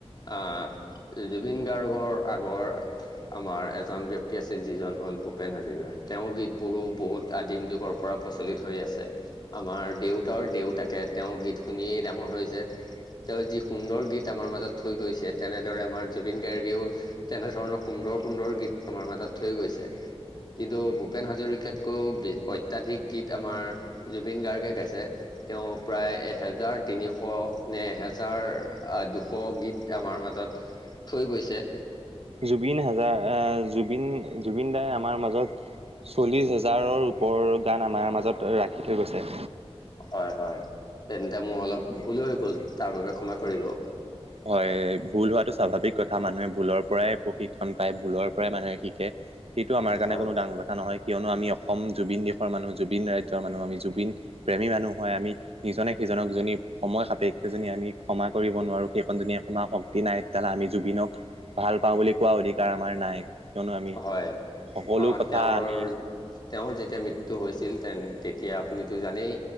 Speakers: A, on the left; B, on the right.
A: আহ জুবিন গাৰ্গৰ আগৰ আমাৰ এজন ব্যক্তি আছিল যিজন হ'ল ভূপেন হাজৰিকা তেওঁৰ গীতবোৰো বহুত আদিম যুগৰ পৰা প্ৰচলিত হৈ আছে আমাৰ দেউতাৰ দেউতাকে তেওঁৰ গীত শুনিয়েই ডাঙৰ হৈছে তেওঁৰ যি সুন্দৰ গীত আমাৰ মাজত থৈ গৈছে তেনেদৰে আমাৰ জুবিন গাৰ্গেও তেনেধৰণৰ সুন্দৰ সুন্দৰ গীত আমাৰ মাজত থৈ গৈছে। কিন্তু ভূপেন হাজৰিকাতকৈও অত্যাধিক গীত আমাৰ জুবিন গাৰ্গে গাইছে। তেওঁ প্ৰায় এহেজাৰ তিনিশ নে এহেজাৰ আহ দুশ গীত আমাৰ মাজত থৈ গৈছে।
B: জুবিন হাজাৰ জুবিন জুবিন দাই আমাৰ মাজত চল্লিশ হাজাৰৰ ওপৰৰ গান আমাৰ মাজত ৰাখি থৈ গৈছে।
A: হয় হয় তেন্তে মোৰ অলপ ভুল হৈ গ'ল তাৰ বাবে ক্ষমা কৰিব।
B: হয় ভুল হোৱাটো স্বাভাৱিক কথা মানুহে ভুলৰ পৰাই প্ৰশিক্ষণ পায় ভুলৰ পৰাই মানুহে শিকে। সেইটো আমাৰ কাৰনে
A: হয়।
B: কোনো ডাঙৰ কথা নহয় কিয়নো আমি অস অসম জুবিন দেশৰ মানুহ জুবিন ৰাজ্যৰ মানুহ আমি জুবিন প্ৰেমী মানুহ হয় আমি ইজনে সিজনক যদি সময় সাপেক্ষে যদি আমি ক্ষমা কৰিব নোৱাৰোঁ সেইকন যদি আপোনাৰ শক্তি নাই তেতিয়াহ'লে আমি জুবিনক ভাল পাওঁ বুলি কোৱা অধিকাৰ আমাৰ নাই। কিয়নো আমি
A: হয়
B: সকলো
A: অ
B: কথা
A: তেওঁৰ
B: আমি
A: তেওঁৰ যে যেতিয়া মৃত্যু হৈছিল তেন তেতিয়া আপুনিতো জানেই